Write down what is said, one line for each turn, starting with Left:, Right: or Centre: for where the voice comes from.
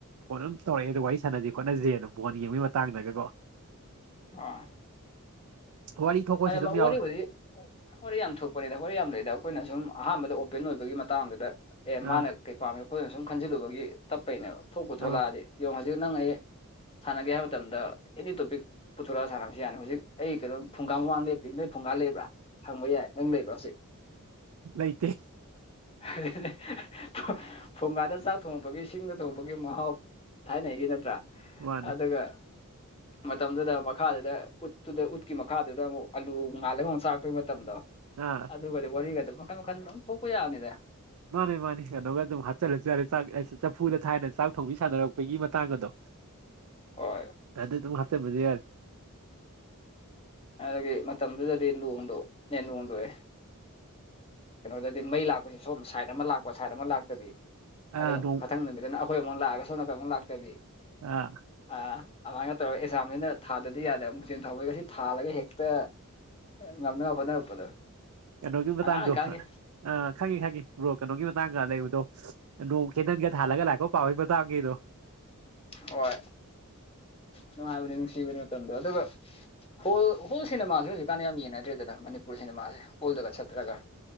Right: ꯐꯣꯟ ꯑꯗꯨꯝ ꯇꯧꯔꯛꯑꯦ ꯑꯗꯨ ꯋꯥꯔꯤ ꯁꯥꯟꯅꯗꯤ ꯈꯣꯠꯅꯁꯤꯦ ꯑꯗꯨꯝ ꯐꯣꯟ ꯌꯦꯡꯕꯒꯤ ꯃꯇꯥꯡꯗꯒꯀꯣ
Left: ꯑꯥ
Right: ꯋꯥꯔꯤ ꯊꯣꯛꯄꯁꯨ
Left: ꯑ
Right: ꯑꯗꯨꯝ
Left: ꯋꯥꯔꯤꯗꯤ
Right: ꯌꯥꯎꯋꯦ
Left: ꯋꯥꯔꯤ ꯌꯥꯝ ꯊꯣꯛꯄꯗ ꯋꯥꯔꯤ ꯌꯥꯝ ꯂꯩꯗ ꯑꯩꯈꯣꯏꯅ ꯁꯨꯝ ꯑꯍꯥꯟꯕꯗ ꯑꯣꯄꯦꯟ ꯑꯣꯏꯕꯒꯤ ꯃꯇꯥꯡꯗꯨꯗ ꯑꯦ ꯃꯥꯅ
Right: ꯑꯥ
Left: ꯀꯩ ꯄꯥꯝꯃꯤ ꯑꯩꯈꯣꯏꯅ ꯁꯨꯝ ꯈꯟꯖꯤꯜꯂꯨꯕꯒꯤ ꯇꯞꯄꯩꯅꯦꯕ ꯊꯣꯛꯄ ꯊꯣꯛꯂꯛꯑꯗꯤ
Right: ꯑꯃ
Left: ꯌꯦꯉ ꯍꯧꯖꯤꯛ ꯅꯪ ꯑꯩ ꯁꯥꯟꯅꯒꯦ ꯍꯥꯏꯕ ꯃꯇꯝꯗ ꯑꯦꯅꯤ ꯇꯣꯄꯤꯛ ꯄꯨꯊꯣꯔꯛꯑ ꯁꯥꯟꯅꯕꯁꯨ ꯌꯥꯅꯤ ꯍꯧꯖꯤꯛ ꯑꯩ ꯀꯩꯅꯣ ꯐꯨꯡꯒꯥ ꯃꯃꯥꯡ ꯂꯦꯞꯇꯔꯤ ꯅꯣꯏ ꯐꯨꯡꯒꯥ ꯂꯩꯕ꯭ꯔꯥ ꯍꯪꯕ ꯌꯥꯏ ꯅꯪ ꯂꯩꯕ꯭ꯔꯥ ꯍꯧꯖꯤꯛ
Right: ꯂꯩꯇꯦ
Left: ꯑ ꯊꯣꯡꯒꯥꯗ ꯆꯥꯛ ꯊꯣꯡꯉꯄꯒꯤ ꯁꯤꯡꯗ ꯊꯣꯡꯉꯕꯒꯤ ꯃꯍꯥꯎ ꯊꯥꯏꯅꯩꯒꯤ ꯅꯠꯇ꯭ꯔꯥ
Right: ꯃꯥꯅꯦ
Left: ꯑꯗꯨꯒ ꯃꯇꯝꯗꯨꯗ ꯃꯈꯥꯗꯨꯗ ꯎꯠꯇꯨꯗ ꯎꯠꯀꯤ ꯃꯈ ꯃꯈꯥꯗꯨꯗ ꯑꯃꯨꯛ ꯑꯥꯂꯨ ꯉꯥꯜꯂꯒ ꯑꯃꯨꯛ ꯆꯥꯛꯇꯩ ꯃꯇꯝꯗꯣ
Right: ꯑꯥ
Left: ꯑꯗꯨꯒꯗꯤ ꯋꯥꯔꯤꯒ ꯃ ꯃꯈꯥꯟ ꯃꯈꯅ ꯂ ꯐ ꯊꯣꯛꯣꯛꯎ ꯌꯥꯎꯅꯤꯗ
Right: ꯃꯥꯅꯦ ꯃꯥꯅꯦ ꯀꯩꯅꯣꯒ ꯑꯗꯨꯝ ꯍꯥꯞꯆꯤꯜꯂꯛ ꯆꯔꯦ ꯆꯥꯛ ꯆꯐꯨꯗ ꯊꯥꯏꯅ ꯆꯥꯛ ꯊꯧꯤ ꯁꯥꯟꯅꯔꯛꯄꯒꯤ ꯃꯇꯥꯡ ꯑꯗꯣ
Left: ꯍꯣꯏ
Right: ꯑꯗꯤ ꯇ ꯍꯥꯁꯦ ꯃꯗꯤꯦ
Left: ꯑꯗꯨꯗꯒꯤ ꯃꯇꯝꯗꯨꯗꯗꯤ ꯂꯣꯡꯗꯣ ꯌꯦꯟ ꯂꯣꯡꯗꯣꯛꯑꯦ ꯀꯩꯅꯣꯗꯗꯤ ꯃꯩ ꯂꯥꯛꯄꯁ ꯁꯣꯝ ꯁꯥꯏꯠ ꯑꯃ ꯂꯥꯛꯄ ꯁꯥꯏꯠ ꯑꯃ ꯂꯥꯛꯇꯕꯤ
Right: ꯑꯥ
Left: ꯑꯗꯨ
Right: ꯅꯣꯡ
Left: ꯃꯊꯪ ꯅꯨꯃꯤꯠꯇꯅ ꯑꯩꯈꯣꯏ ꯑꯃꯨꯛ ꯂꯥꯛꯑꯒ ꯁꯣꯝꯅꯀꯃꯨꯛ ꯂꯥꯛꯇꯕꯤ
Right: ꯑꯥ
Left: ꯑꯥ ꯑꯗꯨꯃꯥꯏꯅ ꯇꯧꯔꯒ ꯑꯦꯛꯥꯝꯅꯤꯅ ꯊꯥꯗꯗꯤ ꯌꯥꯗꯦ ꯑꯃꯨꯛ ꯆꯦꯟ ꯊꯥꯎꯧꯕꯒ ꯁꯤ ꯊꯥꯜꯂꯒ ꯍꯦꯛꯇ ꯉꯝꯅꯕ ꯍꯣꯠꯅꯔꯛꯄꯗꯣ
Right: ꯀꯩꯅꯣꯒꯤ ꯃꯇꯥꯡꯗꯣ
Left: ꯑꯉꯥꯡ ꯑꯣꯏꯀꯥꯟꯒꯤ
Right: ꯑ ꯈꯪꯉꯤ ꯈꯪꯉꯦ ꯕ꯭ꯔꯣ ꯀꯩꯅꯣꯒꯤ ꯀꯗꯗꯣ ꯅ ꯀꯦꯗꯒꯦ ꯊꯒ ꯂꯥꯛꯀꯣ ꯄꯥꯎ ꯀꯗꯣ
Left: ꯍꯣꯏ ꯅꯨꯡꯉꯥꯏꯕꯅꯤ ꯅꯨꯡꯁꯤꯕꯅꯤ ꯃꯇꯝꯗ ꯑꯗꯨꯒ ꯍꯣꯜ ꯍꯣꯜ ꯁꯤꯅ ꯃꯥꯥꯁꯨ ꯀꯥꯟꯅ ꯌꯥꯝ ꯌꯦꯡꯅꯗ꯭ꯔꯦꯗꯅ ꯃꯅꯤꯄꯨꯔ ꯁꯤꯅꯦꯃꯥꯁꯦ ꯍꯣꯜꯗꯒ ꯆꯠꯇ꯭ꯔꯒ